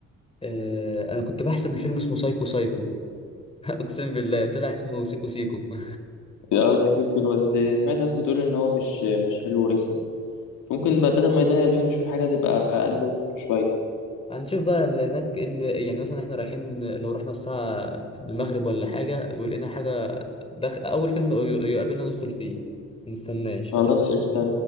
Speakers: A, on the left (about 20°); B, on the left (about 90°).
A: آه، انا كنت بحسب الفيلم اسمه سايكو سايكو <laughs> اقسم بالله طلع اسمه سيكو سيكو <laughs>
B: اه سيكو سيكو بس سمعت ناس بتقول ان هو مش مش حلو ورخم فممكن بقى بدل ما يضيع اليوم نشوف حاجة تبقى ألذذ منه شوية
A: هنشوف بقى اللي هناك إيه اللي يعني مثلا احنا رايحين لو رحنا الساعة المغرب ولا حاجة ولقينا حاجة دخ... أول فيلم ي- يقابلنا ندخل فيه منستناش
B: خلاص
A: خاطر
B: قشطة